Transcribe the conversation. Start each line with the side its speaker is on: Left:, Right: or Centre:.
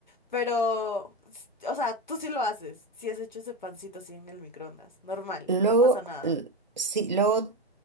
Left: pero, s- o sea, tú sí lo haces, sí has hecho ese pancito así en el microondas, normal,
Right: Luego,
Left: no pasa nada.
Right: l- sí, luego